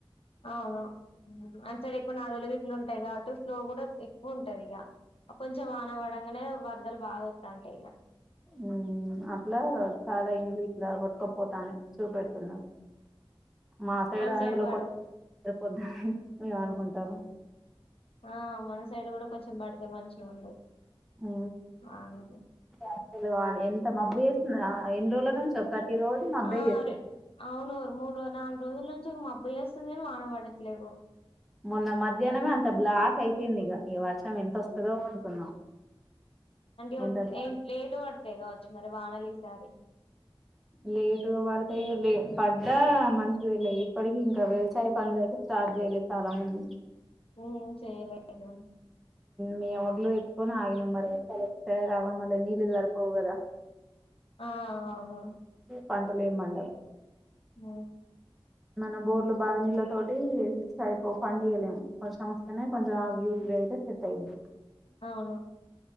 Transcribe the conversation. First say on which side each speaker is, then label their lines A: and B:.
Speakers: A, on the left; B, in the centre.
A: అవును అంత సైడ్ ఎక్కువ నాలులు గ ఇట్లు ఉంటాయి కాబట్టి ఫ్లో కూడా ఎక్కువ ఉంటది ఇగ కొంచెం వాన వడంగానే వరదలు బాగా వత్తంటాయి ఇగ
B: ఉ అట్లా చాలా ఇన్లు ఇట్లా కొట్టుకపోతన్నాయి చూపెడుతున్నారు మా సైడ్
A: మన
B: అందులోకి
A: పడ
B: పొద్దు మేము అనుకుంటన్నాము
A: ఆ మన సైడ్ కూడా కొంచెం పడితే మంచిగా ఉండు
B: ఊ
A: ఆను
B: అస్సలు ఎంత మబ్బు చేస్తుంది ఎన్ని రోజుల నుంచి ప్రతి రోజు మబ్బే
A: ఆ
B: చేస్తుంది
A: రే అవును మూడు నాలుగు రోజుల నుంచి మబ్బు చేస్తుంది కానీ వాన పడట్లేవు
B: మొన్న మధ్యాహ్నమే అంత బ్లాక్ అయిపోయింది ఇక ఈ వర్షం ఎంత వస్తదో అనుకున్నాం
A: అంటే
B: ఎంత బ్లాక్
A: లే లేటు పడితే కావచ్చు మరి వానలు ఈసారి
B: లేటుగా పడుతాయి లే పడ్డా మంచిదేలే ఇప్పటికి ఇంకా వ్యవసాయం పనులు అయితే స్టార్ట్ చేయలేదు చాలా మంది
A: ఉ చేయలేదు
B: మే వడ్లు పెట్టుకొని ఆగినం మరి వర్షాలు వస్తాయా రావా మళ్ళ నీళ్లు దొరకవు కదా
A: ఆ అవును
B: ఏ పంటలే ఏం పండవు
A: ఉ
B: మన బోర్లు బావనీళ్ల తోటి సయి ఓ పని చేయలేము వర్షం వస్తేనే కొంచెం అవి ఇవి అయితే సెట్ అయిద్ది
A: అవును